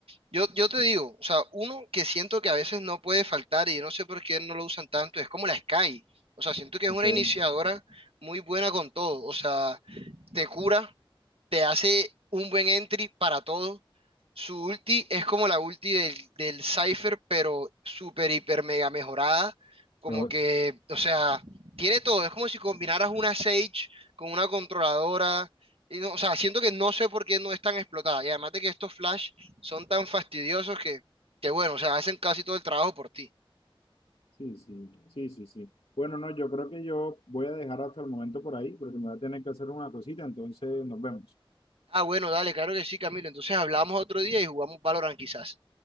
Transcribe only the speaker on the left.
¿ok?
Yo-
Sí, sí, sí, sí, sí. Bueno, no, yo creo que yo voy a dejar hasta el momento por ahí porque me voy a tener que hacer una cosita, entonces nos vemos.